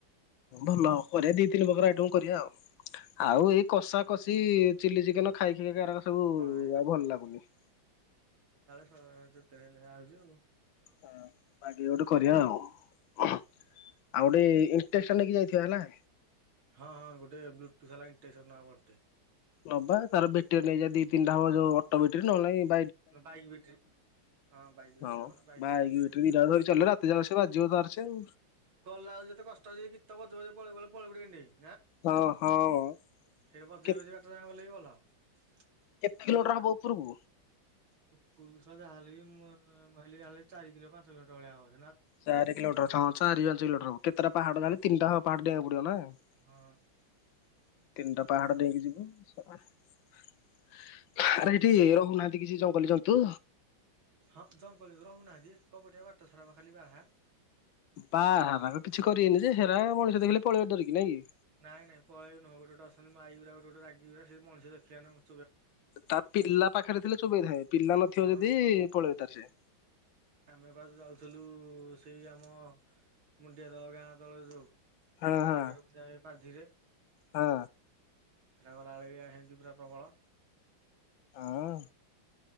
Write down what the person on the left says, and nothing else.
ଭଲ ଆଉ କରିବା ଦି ତିନି ପ୍ରକାର ଆଇଟମ କରିବା ଆଉ। ଆଉ ଏଇ କଷା କଷି ଚିଲି ଚିକେନ ଖାଇକି କି ଏରା ସବୁ
ଭଲ ଲାଗୁନି। <inaudible>
ହ ବାଗେଇକି ଗୋଟେ କରିବା ଆଉ। <inaudible> ଆଉ ଗୋଟେ ଇଣ୍ଟେକ୍ସ ନେଇକି ଯାଇଥିବା ନା?
ନବା ତାର ବେଟିର ନେଇଯିବା ଦି ତିନିଟା। ଯୋଉ ଅଟୋ ବ୍ୟାଟେରୀ ନହେଲେ ନାହିଁ।
ହଁ
ବେଟେରୀ
ଧରି
ଚାଲିଲେ ରାତି ଯାକ ସେ ବାଜିବ ତାର ସେ ଆଉ।
ହଁ ହଁ। <inaudible>
କେ
କେତେ କିଲୋମିଟର
ହବ ଉପରକୁ?
ଚାରି କିଲୋମିଟର ଚାରି ପାଞ୍ଚ କିଲୋଟର କେତେଟା ପାହାଡ
ତିନିଟା ହବ ପାହାଡ ଡେଇଁବାକୁ ପଡିବ ନା।
<inaudible> ତିନିଟା ପାହାଡ ଡେଇଁକି ଯିବୁ। ସକାଳେ ଆରେ ଏଇଠି ରହୁନାହାନ୍ତି। କିଛି ଜଙ୍ଗଲ ଜନ୍ତୁ।
ବାରାହା କିଛି କରିବେନି ଯେ। ହେରା ମଣି ସେ ଦେଖିଲ ପଳେଇବେ ଡରିକି ନାଇଁ କି।
ତା ପିଲା ପାଖରେ ଥିଲେ ଚୋବେଇ ଥାଏ। ପିଲା ନଥିବ
ଯଦି ପଳେଇବ ତାର ସେ।
ହଁ
ହଁ
ହଁ।
ଆଉ